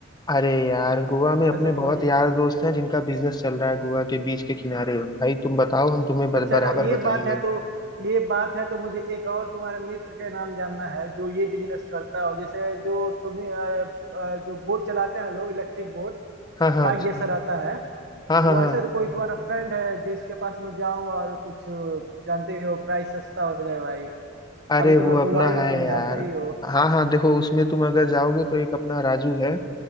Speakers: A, on the left; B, on the right.
A: अरे यार गोवा में अपने
B: ऐसा
A: बहुत
B: कोई
A: यार दोस्त हैं जिनका बिजनेस चल रहा है गोवा के बीच के किनारे भाई तुम बताओ हम तुम्हें बर-
B: अच्छा
A: बराबर
B: ये
A: बताएंगे
B: बात है तो ये बात है तो मुझे एक और तुम्हारे मित्र का नाम जानना है जो ये बिजनेस करता हो जैसे जो सुमी अ, अ, जो बोट चलाते हैं लोग इलेक्ट्रिक बोट
A: हाँ हाँ
B: बाइक आता है
A: हाँ हाँ
B: वो
A: हाँ
B: ऐसा तो कोई तुम्हारा फ्रेंड है जिसके पास मैं जाऊं और कुछ अ, जानते ही हो प्राइस सस्ता हो जाए भाई
A: अरे
B: अभी तो
A: वो
B: मैं
A: अपना
B: गोवा ही
A: है
B: हूँ तुम
A: यार
B: जानते ही हो
A: हाँ हाँ देखो उसमें तुम अगर जाओगे तो एक अपना राजू है